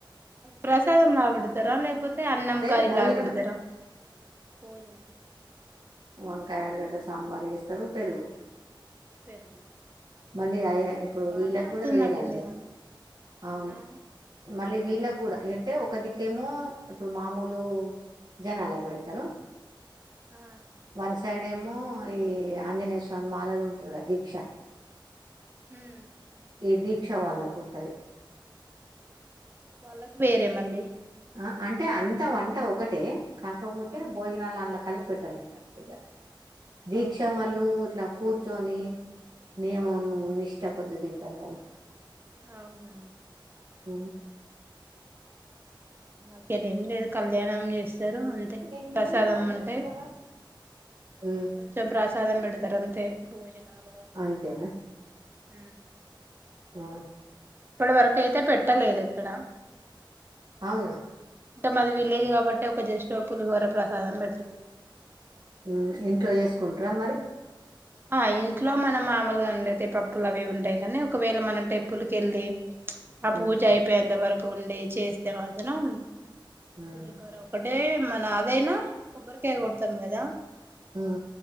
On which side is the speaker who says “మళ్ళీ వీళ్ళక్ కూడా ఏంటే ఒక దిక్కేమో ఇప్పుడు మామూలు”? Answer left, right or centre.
Right